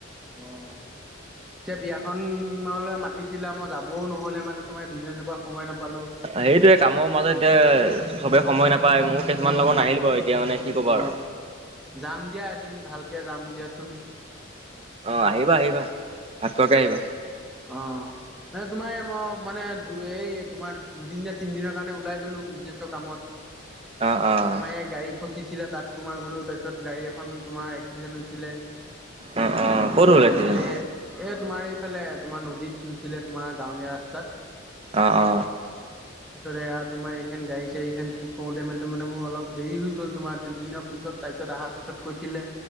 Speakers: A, in the centre; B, on the right (about 30°).
A: উম।
B: <inaudible>
A: ছে বিয়াখনলে মাতিছিলা মই যাবও নহ'লে মানে তোমাৰ বিজনেজৰ পৰা সময় নাপালোঁ।
B: সেইটোয়ে কামৰ মাজত এতিয়া চবে সময় নাপায়, মোৰ কিছুমান
A: উম
B: লগত নাহিল বাৰু এতিয়া মানে কি ক'বা
A: অ
B: আৰ।
A: যাম দিয়া এদিন ভালকে যাম দিয়াচোন।
B: অ আহিবা, আহিবা ভাত খোৱাকে আহিবা।
A: অহ। মানে তোমাৰ এ ম মানে দু এই তোমাৰ দুদিন নে তিনিদিনৰ কাৰণে ওলাই গ'লো বিজনেছৰ কামত
B: <inaudible> অ',
A: তোমাৰ ইয়াত গাড়ী ফচিছিলে তাত তোমাৰ গোলো তাৰপিছত গাড়ী এখন তোমাৰ এক্সিডেণ্ট হৈছিলে।
B: অ', অ', ক'ত হ'ল এক্সিডেণ্ট?
A: তাছত হে- এ তোমাৰ এইফালে তোমাৰ নদীত ধুইছিলে তোমাৰ গাঁৱলীয়া ৰাস্তাত।
B: অ অ।
A: ছৰেয়া তোমাৰ এইখন গাড়ী চাড়ীখন ঠিক কৰোতে মেলোতে মান মোৰ অলপ দেৰি হৈ গ'ল তোমাৰ দুদিন পিছত তাৰপিছত অহাৰ পিছত কৈছিলে